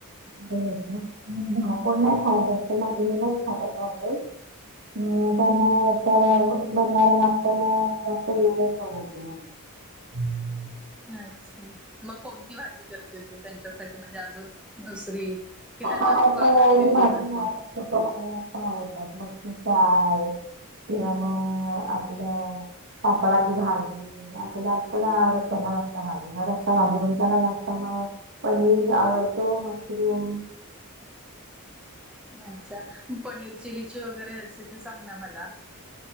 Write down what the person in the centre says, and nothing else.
अच्छा मग कोणती भाजी करते तू त्यांच्यासाठी म्हणजे अजून दुसरी.
की त्यांना खूप आवडते ती भाजी
म अच्छा मग पनीर चिल्लीची वगैरे रेसिपी सांगना मला.